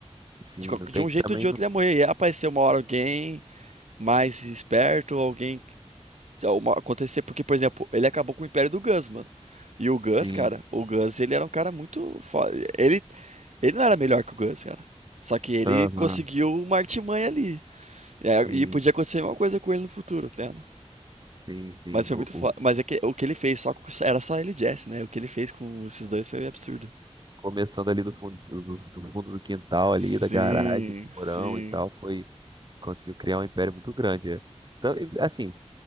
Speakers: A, on the right; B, on the right.
A: sim,
B: De, qual-
A: não tem
B: de um
A: que
B: jeito
A: também,
B: ou de
A: não,
B: outro ele ia morrer. Ia aparecer uma hora alguém mais esperto, alguém. que- Uma, acontecer, porque, por exemplo, ele acabou com o Império do Gus, mano. E o Gus,
A: sim,
B: cara, o Gus, ele era um cara muito foda. Ele, ele não era melhor que o Gus, cara. Só que ele
A: aham,
B: conseguiu uma artimanha ali. E, aí-
A: sim,
B: e podia acontecer uma coisa com ele no futuro, tá ligado?
A: sim, sim,
B: Mas foi
A: o,
B: muito
A: o-
B: foda. Mas é que o que ele fez só com- era só ele e Jesse, né? O que ele fez com esses dois foi absurdo.
A: começando ali do fundo do, do- do fundo do quintal ali,
B: Sim,
A: da garagem, do
B: sim,
A: porão e tal, foi, conseguiu criar um império muito grande, é. Então, e, assim,